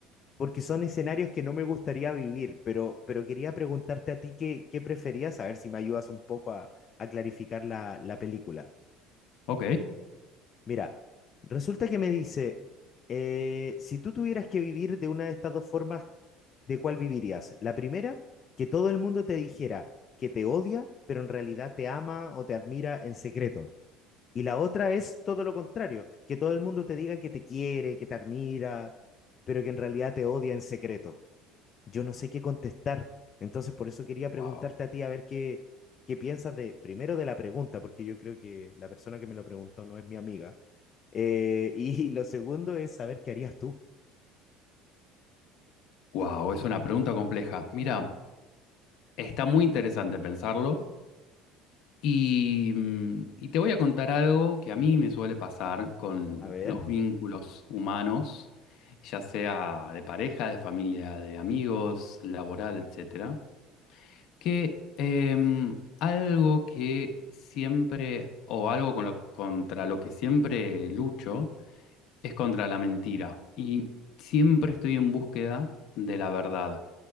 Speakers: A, on the left (about 35°); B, on the left (about 65°).
A: porque son escenarios que no me gustaría vivir, pero, pero quería preguntarte a ti qué, qué preferías, a ver si me ayudas un poco a, a clarificar la, la película.
B: Ok.
A: Mira, resulta que me dice, eh, si tú tuvieras que vivir de una de estas dos formas, ¿de cuál vivirías? La primera, que todo el mundo te dijera que te odia, pero en realidad te ama o te admira en secreto. Y la otra es todo lo contrario, que todo el mundo te diga que te quiere, que te admira, pero que en realidad te odia en secreto yo no sé qué contestar. Entonces, por eso quería preguntarte
B: Wow.
A: a ti a ver qué, qué piensas de, primero de la pregunta, porque yo creo que la persona que me lo preguntó no es mi amiga. Eh, <laughs> y lo segundo es saber qué harías tú.
B: Wow, es una pregunta compleja. Mira, está muy interesante pensarlo y, mm, y te voy a contar algo que a mí me suele pasar con
A: A ver.
B: los vínculos humanos, ya sea de pareja, de familia, de amigos, laboral, etcétera, que em, algo que siempre, o algo con lo- contra lo que siempre lucho, es contra la mentira. Y siempre estoy en búsqueda de la verdad.